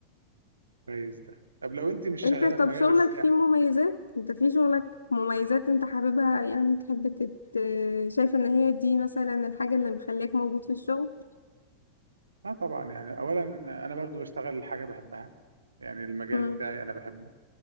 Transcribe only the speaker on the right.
كويس ده طب لو انت مش
شغالة
في مجال
السياحة
اه طبعا يعني اولا انا برضو بشتغل حاجة بحبها يعني المجال
بتاعي انا بحبه